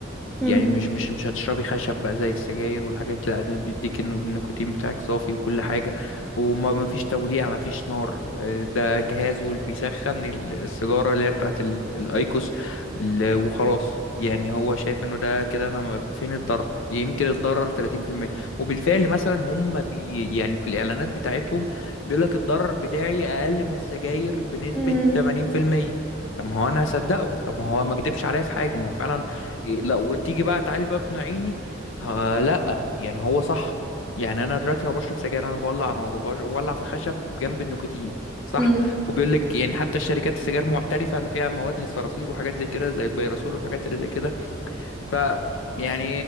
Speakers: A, in the centre; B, on the left (about 80°).
A: مم.
B: يعني مش مش مش هتشربي خشب بقى زي السجاير والحاجات لا ده بيديك إنه النيكوتين بتاعك صافي وكل حاجة وما ما فيش توليع ما فيش نار آه، ده جهاز واللي بيسخن ال- السيجارة اللي هي بتاعت ال- الايكوس ال- وخلاص يعني هو شايف انه ده كده انا ما- فين الضرر يمكن الضرر 30% وبالفعل مثلا هم بي يعني في الاعلانات بتاعتهم بيقول لك الضرر بتاعي اقل من السجاير بنسبة
A: مم.
B: 80% طب ما هو انا هصدقه طب ما هو ما كدبش عليا في حاجه ما هو فعلا إيه لا وتيجي بقى تعالي بقى اقنعيني ها لا يعني هو صح يعني انا دلوقتي لو بشرب سجاير انا بولع نار وبش- وبولع في خشب جنب النيكوتين صح
A: مم.
B: وبيقول لك يعني حتى الشركات السجاير معترفه انه فيها مواد للصراصير وحاجات زي كده زي البيرسول والحاجات اللي زي كده ف يعني